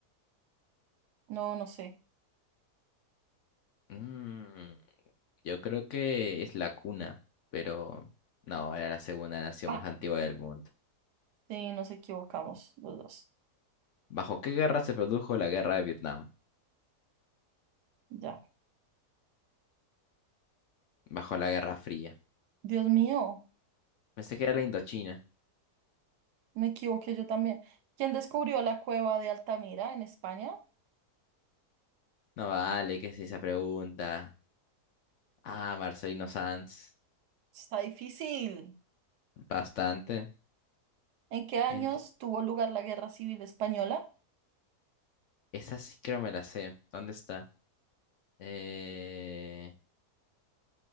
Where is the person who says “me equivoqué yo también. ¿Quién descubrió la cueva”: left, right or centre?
Right